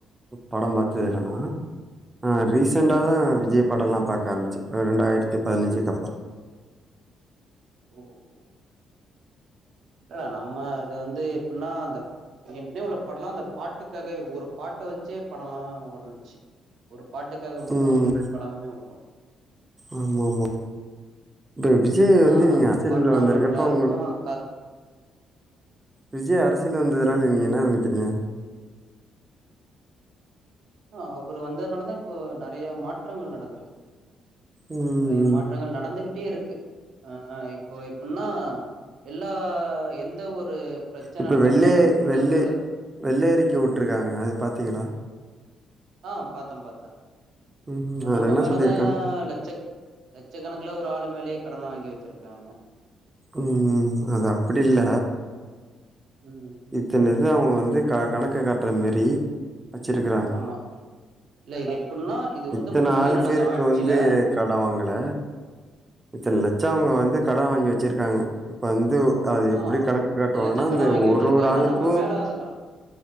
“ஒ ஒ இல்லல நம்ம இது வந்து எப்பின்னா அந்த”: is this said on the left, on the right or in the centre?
Right